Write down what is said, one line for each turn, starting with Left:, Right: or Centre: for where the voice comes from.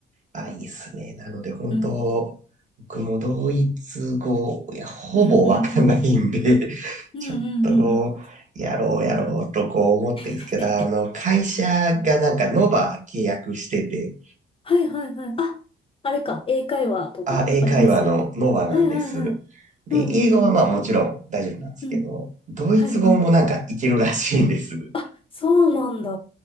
Right: あ、いいっすね。なので、本当僕もドイツ語、
Left: うん、うん、
Right: いや、ほぼわかんないんで、
Left: うん、うん、うん、
Right: <laughs>
Left: うん、
Right: ちょっとこう、
Left: うん、うん。
Right: やろうやろうとこう思ってるんですけど、
Left: <laughs>
Right: あの、会社がなんかノバ契約してて、
Left: はいはいはい。あ、あれか。英会話とかありますよね。
Right: あ、英会話のノバなんです。
Left: はいはいはい。
Right: で、
Left: うんうんうん。
Right: 英語はまあもちろん大丈夫なんですけど、
Left: うん。
Right: ドイツ語もなんかいけるらしいんです。
Left: はいはい。あ、そうなんだ。